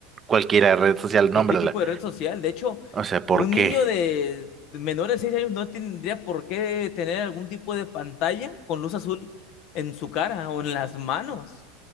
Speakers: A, on the right; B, on the left.
A: cualquiera red social,
B: Cualquier
A: nómbrala?
B: tipo de red social. De hecho,
A: O sea, ¿por
B: un
A: qué?
B: niño de menor de 6 años no tendría por qué tener algún tipo de pantalla con luz azul en su cara o en las manos.